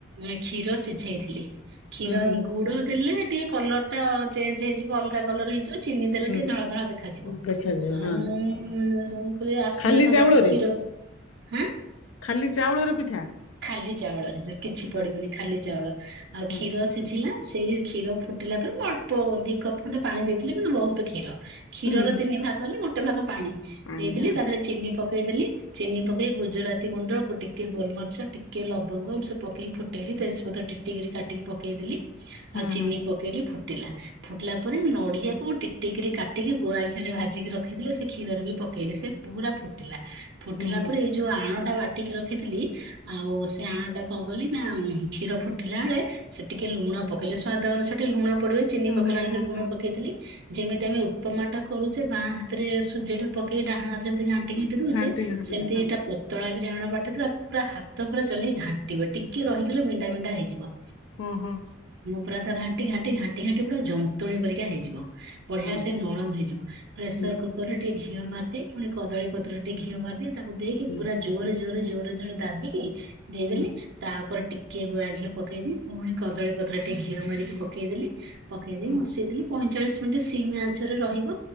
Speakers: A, on the right (about 60°); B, on the left (about 70°).
A: ମେ କ୍ଷୀର ସିଝେଇଥିଲି। କ୍ଷୀର
B: ହୁଁ ହୁଁ।
A: ଗୁଡ ଦେଲେ ଟିକେ କଲର୍ ଟା ଚେଞ୍ଜ ହେଇଯିବ ଅଲଗା କଲର୍ ହେଇଯିବ। ଚିନିଦେଲେ
B: ହୁଁ
A: ଟିକେ ଧଳା ଧଳା ଦେଖାଯିବ।
B: ଦେଖାଯିବ
A: ଆଉ
B: ହଁ
A: ମୁଁ ଯୋଉ କହିଲି ଆସିବେ
B: ଖାଲି
A: ସମସ୍
B: ଚାଉଳରେ
A: ସେ କ୍ଷୀର ହାଁ
B: ଖାଲି ଚାଉଳର ପିଠା?
A: ଖାଲି ଚାଉଳରେ ଯେ କିଛି ପଡିବନି
B: ହଁ
A: ଖାଲି ଚାଉଳ। ଆଉ
B: ହଁ
A: କ୍ଷୀର ସିଝିଲା ସେଇ କ୍ଷୀର ଫୁଟିଲା ପ ମାନେ ମୁଁ ଅଳ୍ପ ଦି କପ୍ ଖଣ୍ଡେ ପାଣି ଦେଇଥିଲି କିନ୍ତୁ ବହୁତ କ୍ଷୀର। କ୍ଷୀରର
B: ହୁଁ ହୁଁ
A: ତିନି ଭାଗ ହେଲେ ଗୋଟେ ଭାଗ ପାଣି
B: ପାଣି
A: ଦେଇଥିଲି
B: ହଁ
A: ତା ଦେହରେ ଚିନି ପକ କେଇଦେଲି ଚିନି ପକେଇ ଗୁଜୁରାତି ଗୁଣ୍ଡ ଗୁ ଟିକେ ଗୋଲମର୍ଚ୍ଚ ଟିକେ ଲବଙ୍ଗ ଏମତି ସବୁ ପକେଇ ଫୁଟେଇଲି। ତେଜ ପତ୍ର ଟିକେଇକିରି କାଟିକି ପକେଇଦେଲି
B: ହଁ
A: ଆଉ ଚିନି
B: ହଁ
A: ପକେଇଲି ଫୁ ଟିଲା ଫୁଟିଲା ପରେ ନଡିଆକୁ ଟିକ୍ ଟିକ୍ କରିକି କାଟିକି ଗୁଆ ଘିଅରେ ଭାଜିକି ରଖିଥିଲି। ସେ କ୍ଷୀରରେ ବି ପ ପକେଇଲେ ସେ ପୁରା ଫୁ ଫୁଟିଲା
B: ହୁଁ ହୁଁ
A: ପରେ ଏଇ ଯୋଉ ଆଣଟା ବାଟିକି ରଖିଥିଲି। ଆଉ ସେ ଆଣଟା କଣ କଲି ନା, ଉଁ, ହୁଁ, କ୍ଷୀର ଫୁଟିଲା ବେଳେ ସେ ଟିକେ ଲୁଣ ପକେଇଲେ ସ୍ଵାଦ ଅନୁସାରେ ଟିକେ ଲୁଣ ପଡିବ ଚିନି
B: ହୁଁ
A: ପକେଇଲା
B: ହୁଁ ହୁଁ
A: ବେଳେ ସେ ଲୁଣ
B: ହୁଁ
A: ପକେଇଥିଲି। ଯେମିତି ଆମେ ଉପମା ଟା କରୁଚେ ବାଁ ହାତରେ ସୁଜି ଟା ପକେଇ ଡାହାଣ ହାତରେ ଯେମିତି ଘାଣ୍ଟି ଘାଣ୍ଟି
B: ହୁଁ
A: ଦଉଚେ।
B: ଘାଣ୍ଟି
A: ସେମିତି
B: ହଁ
A: ଏଇଟା ପତଳା କି ଯେ ଆଣ ବାଟିଥିବ ପୁରା ହାତ ପୁରା ଚଲେଇ ଘାଣ୍ଟିବ। ଟିକେ ରହିଗଲେ ବିଣ୍ଡା ବିଣ୍ଡା ହେଇଯିବ।
B: ଓ, ହଁ।
A: ପୁରା ତ ଘାଣ୍ଟି ଘାଣ୍ଟି ଘାଣ୍ଟି ଘାଣ୍ଟି ପୁରା ଜନ୍ତୁଣୀ ପରିକା ହେଇଯିବ। ବଢିଆ
B: ହଁ
A: ସେ ନରମ ହେଇଯିବ। ପ୍ରେସର
B: ହୁଁ
A: କୁକର୍ ରେ ଟିକେ ଘିଅ ମାରିଦେଇ। ପୁଣି କଦଳୀ ପତ୍ରରେ ଟିକେ ଘିଅ ମାରିଦିଏ। ତାକୁ ଦେଇକି
B: ହୁଁ
A: ପୁରା ଜୋରେ ଜୋରେ ଜୋରେ ତାକୁ ଦାବିକି ଦେଇଦେଲି
B: ହୁଁ
A: ତାପରେ ଟିକ କିଏ ଗୁଆ ଘିଅ ପକେଇବି। ପୁଣି କଦଳୀ ପତ୍ର ଟିକେ ଘିଅ ମାରିକି ପକେଇଦେଲି। ପକେଇ ଦେଇ
B: ହୁଁ
A: ବସେଇଦେଲି ପଇଁଚାଳିଶ ମିନିଟ୍ ସିମ୍ ଆଞ୍ଚରେ ରହିବ।